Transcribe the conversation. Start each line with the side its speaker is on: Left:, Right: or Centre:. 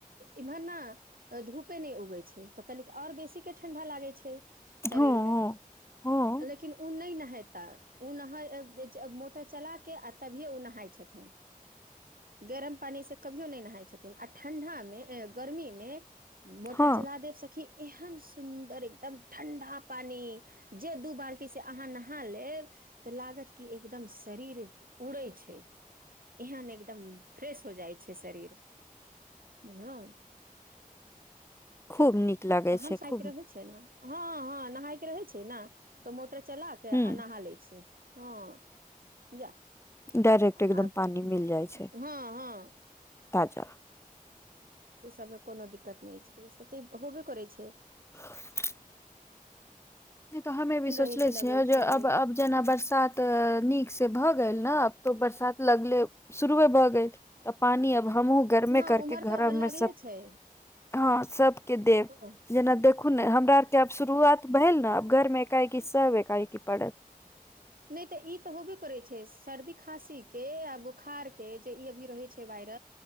Right: इम्हर ना धूपे नै उगै छै तऽ कनी और बेसी केँ ठंडा लागे छै। शरीर
Left: हँ
Right: में <inaudible>
Left: हँ
Right: लेकिन ओ नै नहैता ओ <unintelligible> मोटर चला के आ तभियए ओ नहाय छथिन। गरम पानी से कभियो नै नहाइ छथिन आ ठण्डा मे गर्मीमे। मोटर
Left: हँ
Right: चला देब सखी एहन सुन्दर एकदम ठण्डा पानी। जे दू बाल्टीसँ अहाँ नहा लेब। तऽ लागत की एकदम शरीर उड़ै छै। एहन एकदम फ्रेश हो जाइ छै शरीर <inaudible> बुझलौ
Left: खूब नीक। लागै
Right: तऽ हमसाय
Left: छै खूब
Right: कऽ रहै छै ने हँ हँ नहाय कऽ रहे छै न तऽ मोटर चला त
Left: ह
Right: आ नहा ले छै हँ <inaudible> जा।
Left: डायरेक्ट
Right: <inaudible>
Left: एकदम
Right: आ
Left: पानी मिल
Right: <inaudible>
Left: जाइ छै
Right: हँ हँ।
Left: ताजा।
Right: ओ सबमे कोनो दिक्कत नै छै ओ सब तऽ होबे करै छै।
Left: <unintelligible> नै तऽ हमे भी सोचले
Right: रहै छै
Left: छियै
Right: लगै
Left: जे
Right: छै
Left: अब आब। जेना बरसात नीक से भऽ गेल ने आब तो बरसात लगले। शुरूए भऽ गेल तऽ पानी आब हमहूँ गर्मे
Right: हँ
Left: करके
Right: उम्हर तऽ
Left: घरमे
Right: लगले
Left: सभ।
Right: छै
Left: <inaudible> हँ सब केँ देब
Right: हँ
Left: जेना देखु न हमरा आर केँ आब शुरुआत भेल न अब घर में ऐका ऐकी सब ऐका एकी पड़त।
Right: नहि तऽ ई तऽ हैबेकरे छै सर्दी खााँसी के आ बोखार के जे ई अभी रहे छै वैर